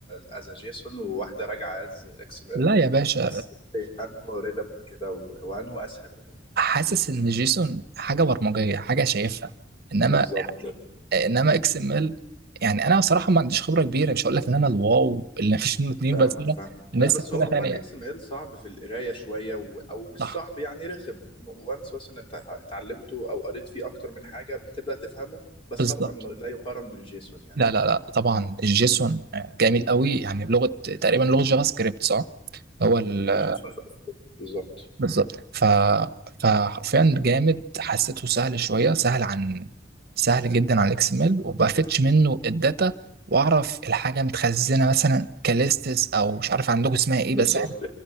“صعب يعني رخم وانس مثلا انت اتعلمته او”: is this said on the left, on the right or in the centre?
Left